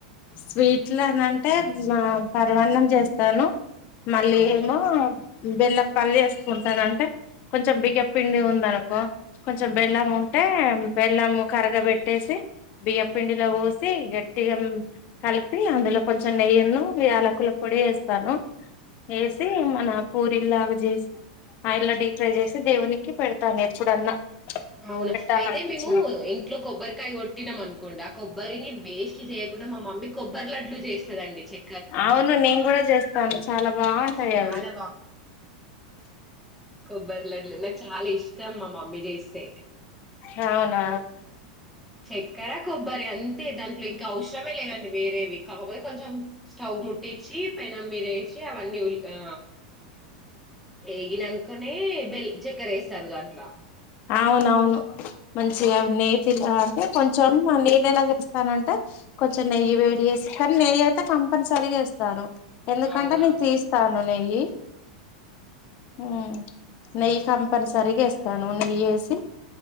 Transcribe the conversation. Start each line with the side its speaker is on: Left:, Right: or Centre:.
Left: స్వీట్లనింటే పర్వాన్నం చేస్తాను మళ్ళీ
Centre: అవునా
Left: ఏమో బెల్లపల్లి వేసుకుంటాను అంటే కొంచెం బియ్యపు పిండి ఉందనుకో కొంచెం బెల్లం ఉంటే బెల్లం కరగబపెట్టేసి బియ్య పిండిలో పోసి గట్టిగా కలిపి అందులో కొంచెం నెయ్యిను యాలకుల పొడి వేస్తాను వేసి మన పూరిల్లాగా చేసి ఆయిల్ డీప్ ఫ్రై చేసి దేవునికి పెడతాను ఎప్పుడన్నా
Centre: అవునా
Left: పెట్టాలనిపించినప్పుడు
Centre: అయితే మేము ఇంట్లో కొబ్బరికాయ కొట్టినాం అనుకోండి ఆ కొబ్బరిని వేస్ట్ చేయక మా మమ్మీ కొబ్బరి లడ్లు చేస్తది అండి చె
Left: అవును నేను కూడా చేస్తాను చాలా బాగుంటాయి
Centre: చాలా
Left: అవి
Centre: కొబ్బర్లడ్లు నాకు చాలా ఇష్టం ఇష్టం మా మమ్మీ చేస్తే
Left: అవునా
Centre: చక్కరా కొబ్బరి అంత తే దాంట్లో ఇంకా అవసరమే లేదండి వేరేవి కాకపోతే కొంచెం స్టవ్ ముట్టించి పెనం మీద వేసి అవన్నీ ఉల్ ఆ ఏగి నంక బెల్ చక్కెర వేస్తారు దాంట్లో
Left: అవునౌవును మంచిగా నె చిల్లా అంటే కొంచెం నేనలా చుపిస్తానంటే, కొంచెం నెయ్యి వేడిచేసి కానీ నెయ్యైతే కంపంన్ సరీగా ఎస్తాను. ఎందుకంటే
Centre: అవునా!
Left: నేన్ తీస్తా నా నెయ్యి, ఉ నెయ్యి కంపంన్ సరిగ ఎస్తాను. య్యేసి